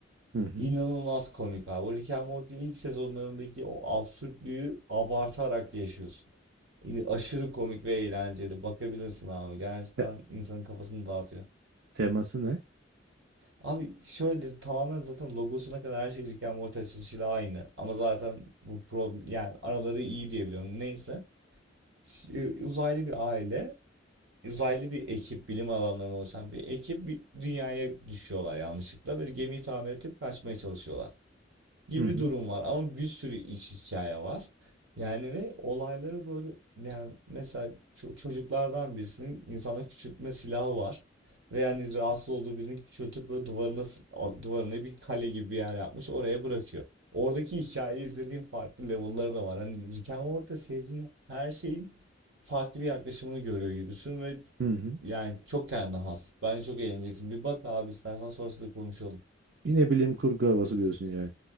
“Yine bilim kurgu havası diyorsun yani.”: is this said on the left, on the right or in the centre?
Right